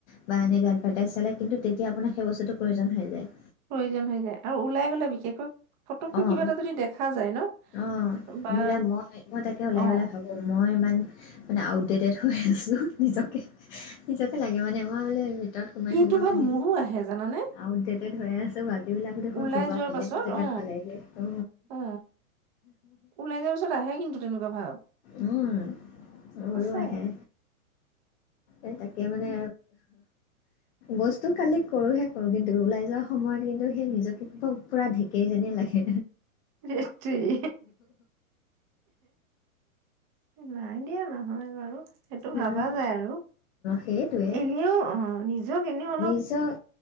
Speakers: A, on the left; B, on the right.
A: বা এনেকে এডভাৰ্টাইজ চালে কিন্তু তেতিয়া আপোনাক সেই বস্তুটো প্ৰয়োজন হৈ যায়।
B: প্ৰয়োজন হৈ যায় আৰু ওলাই গ'লে বিশেষকৈ ফটককৈ
A: অ'
B: কিবা এটা যদি দেখা যায় ন
A: অ',
B: বা
A: বোলে মই - মই তাকে ওলাই
B: অ
A: গলে ভাবো মই ইমান মানে আউটডেটেড হৈ আছো নিজকে নিজকে লাগে মানে মই বোলো ভিতৰত সোমাই
B: সেইটো
A: সোমাই
B: ভাৱ
A: মানে
B: মোৰো আহে জানানে
A: আউট ডেটেড হৈয়ে আছো বা এইবিলাকো দেখোন
B: ওলাই
A: কোনবা
B: যোৱাৰ
A: বেলেগ
B: পাছত
A: জেগাত
B: অ
A: পালেগে অ'।
B: অ ওলাই যোৱাৰ পিছত আহে কিন্তু তেনেকুৱা ভাব,
A: উম, মোৰো
B: আছে।
A: আহে এ তাকে মানে বস্তু কালেক্ট কৰোহে কৰোঁ কিন্তু ওলাই যোৱা সময়ত কিন্তু সেই নিজকে কিবা পূৰা‌ ঢেক কেৰী যেনে লাগে।
B: ধেৎতেৰি নাই দিয়া নহয় বাৰু। সেইটো
A: অ',
B: ভাবা যায় আৰু
A: সেইটোৱে
B: এনেও অ নিজক এনেও অলপ
A: নিজক